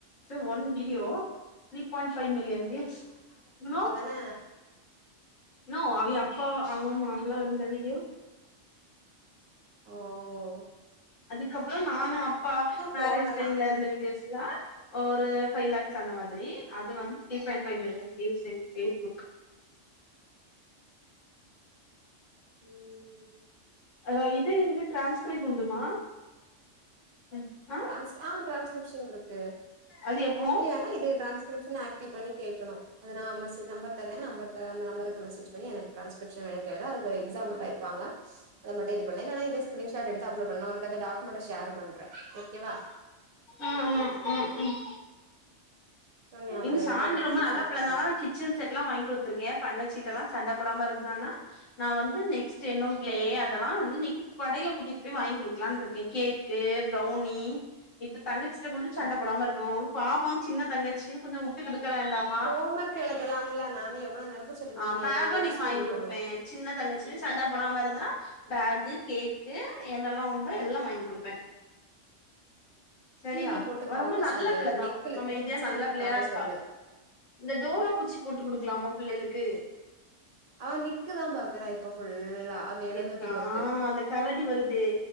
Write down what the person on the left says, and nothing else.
so one video three point five million views இன்னு
நோ அவிக அப்பா அவ மாெதல இருந்த வீடியோ
அதுக்கப்றோ நானு அப்பா மேரேஜு
டைம்ல இருந்த வீடியோஸ்லா ஒரு ஃபைவ் லேக்ஸ் அந்த மாதிரி அது வந்து three point five million views என்ன ஃபேஸ்புக்
அ இது இதுல டிரான்ஸ்கிரிப் உண்டுமா அ அ
அது எப்போ
ம் ம் ம் ம்
ண் சாந்து
ரொம்ப நல்ல புள்ளனாலான்த
கி கிச்சன் செட்ல்லா வாங்கி கூத்துருக்கே தங்கச்சீட்டெல்லா சண்டபோடம இருந்தான்னா நா வந்து நெக்ஸ்ட் என்னும் கிளே அதெல்லா வந்து இன்னிக்கி கடையில கூட்டிட்டு போய் வாங்கி குடுக்கலானுருக்கே கேக்கு ப்ரௌனி இப்ப தங்கச்சிட்ட கொண்டு சண்டபோடம
இருக்கணு பாவோ சின்ன தங்கச்சுனு கொஞ்சோ உட்டு கொடுக்க வேண்டாம
ஆ
பேகு
இன்னைக்கு
வாங்கி குடுப்பே
சின்ன தங்கச்சினு சண்ட போடாம இருந்தா பேகு கேக் கு என்னெல்லா உண்டோ எல்லா வாங்கி குடுப்பே சரியா
அவன்
ரொம்ப நல்ல
பிள்ள தா
அமைதியா
நல்ல பிள்ளையா
ருக்கா
இந்த டோரா பூஜ்ஜி போட்டு குடுக்கலாமா பிள்ளைகளுக்கு
நிக்கா
அந்த கரடி வருதே